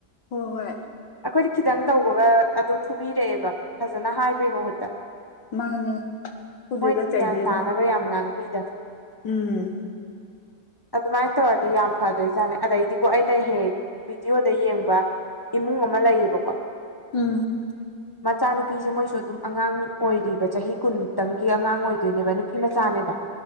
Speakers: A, on the left (about 80°); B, on the left (about 25°).
A: ꯍꯣꯏ ꯍꯣꯏ
B: ꯑꯩꯈꯣꯏꯗꯤ ꯈꯤꯇꯪ ꯇꯧꯕꯒ ꯑꯗꯨꯝ ꯐꯨꯕꯤꯔꯛꯑꯦꯕ ꯐꯖꯅ ꯍꯥꯏꯕꯩ ꯃꯍꯨꯠꯇ
A: ꯃꯥꯅꯦ ꯐꯨꯗꯣꯏꯒ
B: ꯃꯣꯏꯗꯤ
A: ꯆꯩꯗꯣꯏꯒ
B: ꯒ꯭ꯌꯥꯟ ꯇꯥꯅꯕ ꯌꯥꯝ ꯉꯥꯡꯕꯤꯗ
A: ꯎꯝ
B: ꯑꯗꯨꯃꯥꯏꯅ ꯇꯧꯔꯗꯤ ꯌꯥꯝ ꯐꯗꯣꯏꯖꯥꯠꯅꯤ ꯑꯗꯩꯗꯤꯀꯣ ꯑꯩꯅ ꯍꯦꯛ ꯍꯦꯛ ꯚꯤꯗꯤꯑꯣꯗ ꯌꯦꯡꯕ ꯏꯃꯨꯡ ꯑꯃ ꯂꯩꯌꯦꯕꯀꯣ
A: ꯎꯝ
B: <inaudible> ꯃꯆꯥꯅꯨꯄꯤꯁꯦ ꯃꯣꯏꯁꯨ ꯑꯗꯨꯝ ꯑꯉꯥꯡ ꯑꯣꯏꯔꯤꯕ ꯆꯍꯤ ꯀꯨꯟꯃꯨꯛꯇꯪꯒꯤ ꯑꯉꯥꯡ ꯑꯣꯏꯗꯣꯏꯅꯦꯕ ꯅꯨꯄꯤ ꯃꯆꯥꯅꯦꯕ